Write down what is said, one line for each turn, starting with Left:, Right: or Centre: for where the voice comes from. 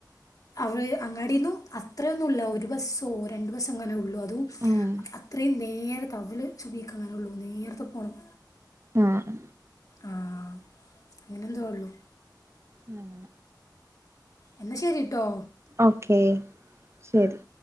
Left: അവ അങ്ങാടന്നും അത്രയൊന്നുമല്ല ഒരു ബസ്സോ രണ്ട ബസ്സ അങ്ങനെ ഉള്ളൂ അതും
Right: ഉം
Left: അത്രയും നേരെ ത അവൽ ചുഭിക്ക അങ്ങനെ ഉള്ളൂ നേരത്തെ പോണം
Right: ആഹ്
Left: ആഹ് അങ്ങനെന്തോ ഉള്ളു
Right: അങ്ങനെ
Left: എന്നാ ശരിട്ടോ
Right: ഓക്കെ ശരി